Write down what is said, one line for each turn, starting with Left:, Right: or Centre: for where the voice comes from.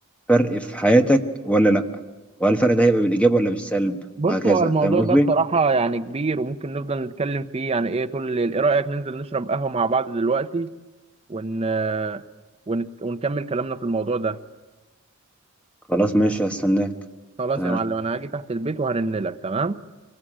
Centre: فرق في حياتك ولا لأ وهل الفرق ده هيبقى بالإيجاب ولا بالسلب
Right: بص
Centre: وهكذا
Right: هو الموضوع
Centre: فاهم قصدي
Right: ده بصراحة يعني كبير وممكن نفضل نتكلم فيه يعني إيه طول الليل إيه رأيك ننزل نشرب قهوة مع بعض دلوقتي ون... ون... ونكمل كلامنا في الموضوع ده
Centre: خلاص ماشي هستناك
Right: خلاص
Centre: تعال
Right: يا معلم انا هاجي تحت البيت وهرن لك تمام